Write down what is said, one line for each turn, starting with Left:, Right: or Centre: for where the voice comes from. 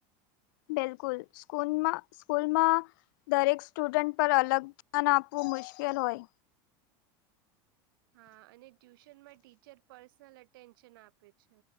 Left: બિલકુલ. સ્કૂલમાં, સ્કૂલમાં... દરેક સ્ટુડન્ટ પર અલગ ધ્યાન આપવું મુશ્કેલ હોય!
Right: હા, અને ટ્યુશનમાં ટીચર પર્સનલ અટેન્શન આપે છે.